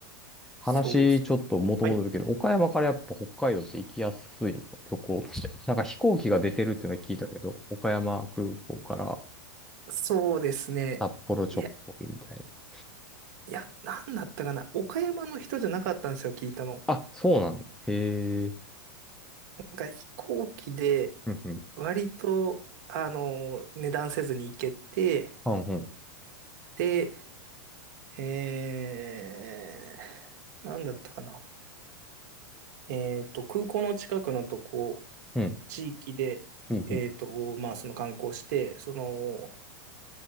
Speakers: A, in the centre; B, on the right.
A: 話ちょっと元戻るけど、
B: そうっす。はい。
A: 岡山からやっぱ北海道って行きやすいの、旅行って。<laughs> なんか飛行機が出てるっていうのは聞いたけど、岡山空港から
B: そうですね。
A: 札幌直行みたいな。
B: いいや、なんだったかな。岡山の人じゃなかったんですよ、聞いたの。
A: あ、そうなんだ。へえ。
B: なんか飛行機で、
A: うんうん。
B: 割と、あの、値段せずに行けて、
A: あうんうん。
B: で、えー、なんだったかな。えっと、空港の近くのとこ、
A: うん。
B: 地域で、
A: うんうん。
B: えっと、まあ、その観光して、その、